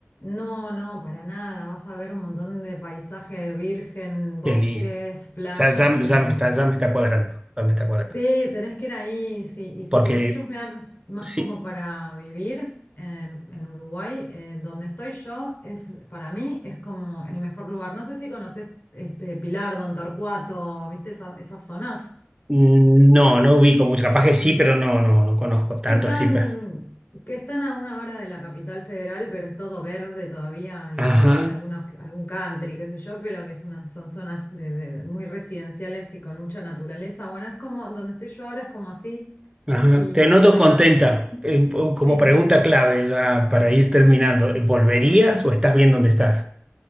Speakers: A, on the left; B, on the right.
A: No, no, para nada. Vas a ver un montón de paisaje virgen, bosques,
B: Qué lindo. O
A: playas
B: sea, ya, ya
A: en
B: me está, ya me está cuadrando, ya me está cuadrando.
A: Sí, tenés que ir ahí, sí. Y si
B: Porque
A: querés chusmear más
B: sí,
A: como para vivir en, en Uruguay, eh, donde estoy yo, es para mí es como el mejor lugar. No sé si conoces este Pilar, Don Torcuato, viste esas, esas zonas
B: mm, no, no ubico mucho, capaz que sí, pero no, no, no conozco tanto
A: que están,
B: así. pues.
A: que están a una hora de la capital federal, pero es todo verde todavía
B: Ajá,
A: y que hay algunos, algún country, qué sé yo, pero que es una, son zonas de- de- muy residenciales y con mucha naturaleza. Bueno, es como donde estoy yo ahora es como así.
B: Ajá.
A: Y
B: Te
A: estoy
B: noto contenta,
A: a...
B: eh,
A: Sí,
B: como pregunta clave ya para ir terminando. ¿Volverías o estás bien donde estás?